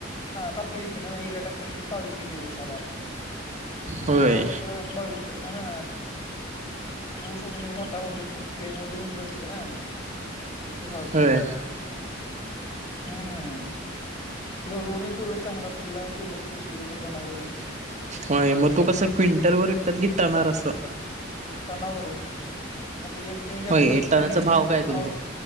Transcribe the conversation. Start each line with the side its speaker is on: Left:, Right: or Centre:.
Left: हाकी त यिरिया टाकल्याने काळूकी येते उसाला
Right: होय
Left: बघ. हा. ऊसच मुळ मोठा होतोय फुगतो वजनी - बसते ना. ऊसाचा
Right: होय
Left: हम्म जवढं उरल तेवढं चांगलं. तेवढेच पैसे होतय टणावर.
Right: होय मग तू कसं क्विंटल वर विकतात की टनारस
Left: टनावर आता एक टन गेला
Right: होय
Left: म
Right: टनाचा
Left: तीन
Right: काय तुमचे
Left: भाव.